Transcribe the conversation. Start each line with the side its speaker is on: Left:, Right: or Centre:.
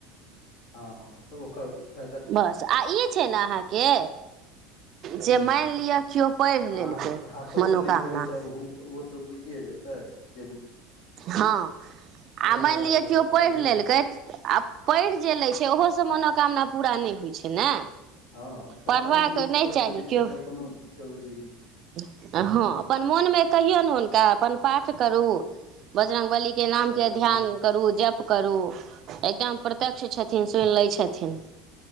Left: हँ तऽ ओकर फ
Right: बस आ ई छैय ने अहाँके जे
Left: हँ
Right: मानि लिअ केओ पढ़ि
Left: अहाँ
Right: लेलकै
Left: हाथो
Right: मनोकामना
Left: से लिखबै तऽ ओ तऽ बुझिए जेतै। तऽ
Right: हँ
Left: पूरा
Right: आ मानि
Left: हेबाक
Right: लिअ
Left: रहत
Right: केओ
Left: तऽ
Right: पढ़ि
Left: होइए
Right: लेलकै
Left: जायत
Right: आ पैढ़ि जे लैत छैय ओहोसँ मनोकामना पूरा नहि होइत छैय ने?
Left: हँ तऽ
Right: पढ़बाक
Left: तांही लीड
Right: नहि
Left: सब
Right: चाही
Left: से लिखे
Right: केओ
Left: के कोनो जरूरी नहि छैय।
Right: हँ अपन मोनमे कहियौन हुनका अपन पाठ करू बजरंग बली के नाम
Left: बजरङ्गबली
Right: के ध्यान करु जप करू एकदम प प्रत्यक्ष छथिन सुनि लै छथिन